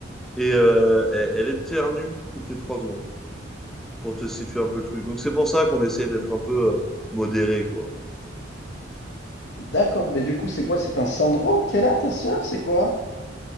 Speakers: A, in the centre; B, on the left.
A: et euh, elle, elle éternue toutes les trois secondes pour te situer un peu le truc. Donc c'est pour ça qu'on essaie d'être un peu euh, modéré, quoi.
B: D'accord. Mais du coup, c'est quoi? C'est un syndrome qu'elle a, ta sœur? C'est quoi?